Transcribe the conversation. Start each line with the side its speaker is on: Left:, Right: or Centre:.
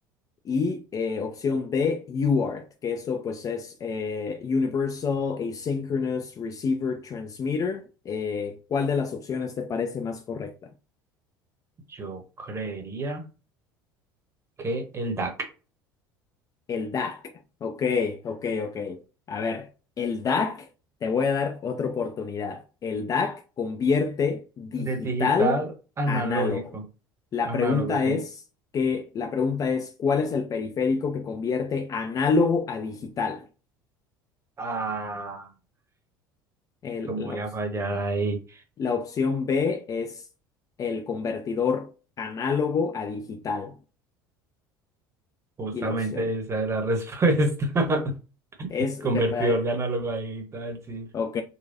Left: Y eh, opción D, UART, que eso pues es eh, Universal Asynchronous Receiver Transmitter. Eh, ¿cuál de las opciones te parece más correcta?
Right: yo creería que el DAC.
Left: El DAC. Ok, ok, ok. A ver, el DAC, te voy a dar otra oportunidad. El DAC convierte digital
Right: De digital analógico,
Left: a análogo. La
Right: análogo,
Left: pregunta
Right: sí.
Left: es que, la pregunta es, ¿cuál es el periférico que convierte análogo a digital?
Right: Ah,
Left: El-
Right: ¿cómo
Left: la,
Right: voy
Left: op-
Right: a fallar ahí?
Left: la opción B es el convertidor análogo a digital.
Right: Justamente
Left: Y la opción
Right: esa es la respuesta. <laughs>
Left: es,
Right: Convertidor
Left: <laughs> ¿te pare-
Right: de análogo a digital, sí.
Left: Ok,